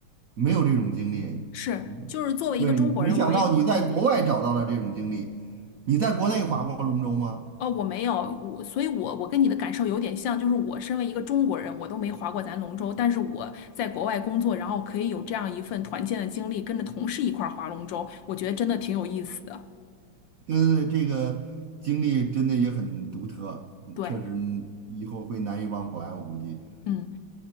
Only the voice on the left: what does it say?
是，
就是作为一个中国人，
我也嗯。
哦，我没有，我，所以我，我跟你的感受有点像，就是我身为一个中国人，我都没划过咱龙舟，但是我在国外工作，然后可以有这样一份团建的经历，跟着同事一块儿划龙舟，我觉得真的挺有意思的。
对，
嗯，